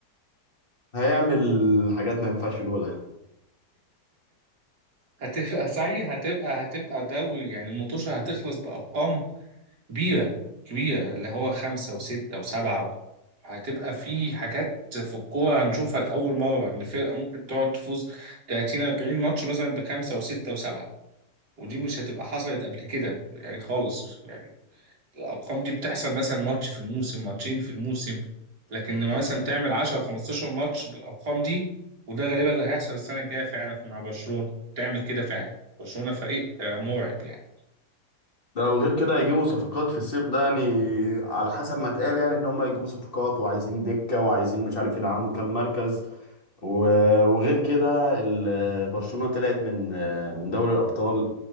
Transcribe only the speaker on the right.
هتبقى سعي هتبقى هتبقى دوري يعني المطوشة هتخلص بأرقام كبيرة كبيرة اللي هو خمسة وستة وسبعة هتبقى في حاجات في الكورة هنشوفها لأول مرة إن فرقة ممكن تقعد تفوز 30 40 ماتش مثلا بخمسة وستة وسبعة ودي مش هتبقى حصلت قبل كده يعني خالص يعني الارقام دي بتحصل مثلا ماتش في الموسم ماتشين في الموسم لكن لما مثلا تعمل 10 15 ماتش بالارقام دي وده غالبا اللي هيحصل السنه الجايه فعلا مع برشلونه تعمل كده فعلا برشلونه فريق آه، مرعب يعني